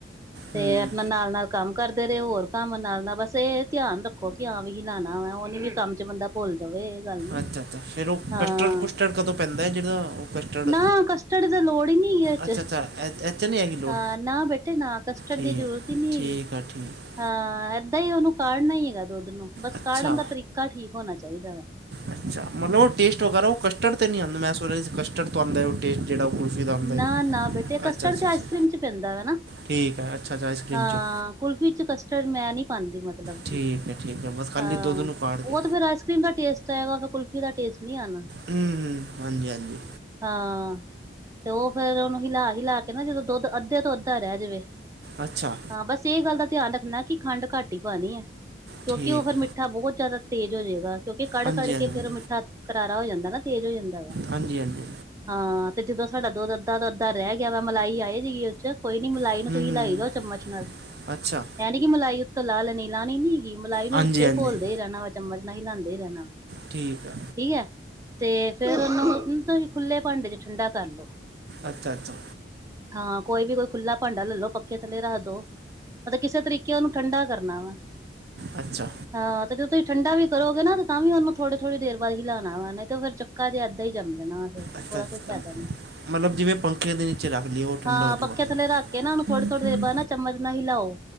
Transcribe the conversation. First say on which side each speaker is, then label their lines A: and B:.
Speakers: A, on the right; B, on the right.
A: ਤੇ
B: ਹੂੰ
A: ਆਪਣਾ ਨਾਲ ਨਾਲ ਕੰਮ ਕਰਦੇ ਰਹੇ ਹੋਰ ਕੰਮ ਨਾਲ ਨਾਲ ਬਸ ਇਹ ਧਿਆਨ ਰੱਖੋ ਆ ਵੀ ਹੀ ਲੈਣਾ ਵਾ ਉਹ ਨੀ ਵੀ ਕੰਮ ਚ ਬੰਦਾ ਭੁੱਲ ਜਾਵੇ ਇਹ ਗੱਲ ਨੀ
B: ਅੱਛਾ ਅੱਛਾ ਫਿਰ ਉਹ
A: ਹਾਂ
B: ਕਸਟਰਡ ਕੁਸਟਰਡ ਕਦੋਂ ਪੈਂਦਾ ਹੈ ਜਿਹੜਾ ਉਹ ਕਸਟਰਡ
A: ਨਾ ਕਸਟਡ ਦੀ ਲੋੜ ਹੀ ਨਹੀਂ ਇਹ ਚ
B: ਅੱਛਾ ਅੱਛਾ ਐ- ਇਹ 'ਚ ਨਹੀਂ ਹੈਗੀ ਲੋੜ
A: ਹਾਂ ਨਾ ਬੇਟੇ ਨਾ ਕਸਟਰਡ
B: ਠੀਕ
A: ਦੀ ਜ਼ਰੂਰਤ ਹੀ ਨਹੀਂ
B: ਠੀਕ
A: ਹੈਗੀ
B: ਆ ਠੀਕ
A: ਹਾਂ ਏਦਾਂ ਹੀ ਉਹਨੂੰ ਕਾਢਨਾ ਹੀਈ ਹੈਗਾ ਦੁੱਧ ਨੂੰ ਬਸ
B: ਅੱਛਾ
A: ਕਾਢਨ ਦਾ ਤਰੀਕਾ ਠੀਕ ਹੋਣਾ ਚਾਹੀਦਾ ਵਾ
B: ਅੱਛਾ ਮਤਲਬ ਉਹ ਟੇਸਟ ਵਗੈਰਾ ਉਹ ਕਸਟਟਰਡਤੇ ਨਹੀਂ ਆਉਂਦਾ ਮੈਂ ਸੋਚ ਰਿਹਾ ਸੀ ਕਸਟਰਡ ਤੋਂ ਆਉਂਦਾ ਉਹ ਟੇਟ ਜਹੜਾ ਕੁਲਫੀ ਦਾ ਆਉਂਦਾ ਹੈ
A: ਨਾ ਨਾ ਬੇਟੇ ਕਸਟਰਡ
B: ਅੱਛਾ ਅੱਛਾ
A: ਤੇ ਆਈਸ
B: ਅੱਛਾ
A: ਕਰ੍ਰੀਮ ਚ ਪੈਂਦਾ ਵਾ ਨਾ
B: ਠੀਕ ਹੈ ਅੱਛਾ ਅੱਛਾ ਆਸ ਕਰੀਮ
A: ਹਾਂ
B: ਚੁਪ
A: ਕੁਲਫੀ ਚ ਕਸਟਰਡ ਮੈਂ ਨਹੀਂ ਪਾਉਦੀ ਮਤਲਬ
B: ਠੀਕ
A: ਕਿ
B: ਹੈ ਠੀਕ ਹੈ ਬਸ ਖਾਲੀ
A: ਹਾਂ
B: ਦੁੱਧ ਨੂੰ ਕਾੜ ਕੇ
A: ਉਹ ਤੇ ਫੇਰ ਦਾ ਟਸਟ ਆਗਾ ਫਿਰ ਕੁਲਫੀ ਦਾ ਟਸਟ ਨੀ ਆਉਣਾ
B: ਹੂੰ ਹੂੰ ਹਾਂਜੀ ਹਾਂਜੀ।
A: ਹਾਂ। ਤੇ ਉਹ ਫੇਰ ਉਹਨੂੰ ਹਿਲਾ ਹਿਲਾ ਕੇ ਨਾ ਜਦੋਂ ਦੁੱਧ ਅੱਧੇ ਤੋਂ ਅੱਧਾ ਰਹਿ ਜਾਵੇ।
B: ਅੱਛਾ
A: ਹਾਂ ਬਸ ਇਹ ਗੱਲ ਦਾ ਧਿਆਨ ਰੱਖਣਾ ਕਿ ਖੰਡ ਘੱਟ ਹੀ ਪਾਉਣੀ ਹੈ। ਕਿਉਂਕਿ
B: ਠੀਕ
A: ਉਹ ਫਿਰ ਮਿੱਠਾ ਬਹੁਤ ਜ਼ਿਆਦਾ ਤੇਜ਼ ਹੋ ਜਾਏਗਾ ਕਿਉਂਕਿ ਕੜ
B: ਹਾਂਜੀ
A: ਕੜ ਕੇ
B: ਹਾਂਜੀ
A: ਫੇਰ ਉਹ ਮਿੱਠਾ ਕਰਾਰਾ ਹੋ ਜਾਂਦਾ ਨਾ ਤੇਜ਼ ਹੋ ਜਾਂਦਾ ਵਾ
B: ਹਾਂਜੀ ਹਾਂਜੀ
A: ਹਾਂ ਤੇ ਜਦੋਂ ਸਾਡਾ ਦੁੱਧ ਅੱਧਾ ਤੋਂ ਅੱਧਾ ਰਹਿ ਗਿਆ ਵਾ ਮਲਾਈ ਆਏ ਸੀਗੀ ਉਸ ਚ। ਕੋਈ ਨੀ ਮਲਾਈ
B: ਹੂੰ
A: ਨੂੰ ਤੁਸੀਂ
B: ਹੂੰ
A: ਲਾਈ ਜਾਓ ਚਮਚ ਨਾਲ।
B: ਅੱਛਾ।
A: ਹੈ ਨੀ ਕਿ ਮਲਾਈ ਉੱਤੋਂ ਲਾ ਲੈਣੀ ਲਾ ਨੀਗੀ ਮਲਾਈ ਨੂੰ
B: ਹਾਂਜੀ
A: ਵਿੱਚ ਹੀ
B: ਹਾਂਜੀ
A: ਘੋਲਦੇ ਹੀ ਰਹਿਣਾ ਵਾ। ਚਮਚ ਨਾਲ ਹੀ ਹਿਲਾਉਂਦੇ ਰਹਿਣਾ।
B: ਠੀਕ ਆ।
A: ਠੀਕ ਹੈ ਤੇ ਫੇਰ ਉਹਨੂੰ ਤੁਸੀਂ ਖੁੱਲੇ ਭਾਂਡੇ ਚ ਠੰਡਾ ਕਰ ਲੋ।
B: ਅੱਛਾ ਅੱਛਾ।
A: ਹਾਂ ਕੋਈ ਵੀ ਕੋਈ ਖੁੱਲ੍ਹਾ ਭਾਂਡਾ ਲੈ ਲੋ ਪੱਖੇ ਥੱਲੇ ਰੱਖ ਦੋ ਮਤਲਬ ਕਿਸੇ ਤਰੀਕੇ ਕਿ ਉਹਨੂੰ ਠੰਡਾ ਕਰਨਾ ਵਾ
B: ਅੱਛਾ
A: ਹਾਂ। ਤਾਂ ਜਦ ਤੁਸੀਂ ਠੰਡਾ ਵੀ ਕਰੋਗੇ ਨਾ ਤਾਂ ਵੀ ਉਹਨੂੰ ਥੋੜ੍ਹੀ ਥੋੜ੍ਹੀ ਦੇਰ ਬਾਦ ਹੀ ਲਉਣਾ ਵਾ ਨੇ ਤੇ ਫਿਰ ਚੱਕ ਜੇ ਇੱਦਾਂ ਹੀ ਜ ਜਾਣਾ ਵਾ ਫਿਰ।
B: ਅੱਛਾ
A: ਉਹਦਾ
B: ਅੱਛਾ
A: ਕੋਈ ਫਾਇਦਾ ਨਹੀਂ
B: ਮਤਲਬ ਜਿਵੇਂ ਪੰਖੇ ਦੇ ਨੀਚੇ ਰੱਖ ਲਈਏ ਉਹ। ਠੰਡਾ
A: ਹਾਂ
B: ਹੋ ਜਾਊਗਾ
A: ਪੱਖੇ
B: ਫਿਰ
A: ਥੱਲੇ ਰੱਖ ਕੇ ਨਾ ਉਹਨੂੰ ਥੋੜੀ
B: ਹਮ
A: ਥੋੜੀ
B: ਹਮ
A: ਦੇਰ ਬਾਅਦ ਨਾ ਚਮਚ ਨਾਲ ਹਾ ਹਿਲਾਓ।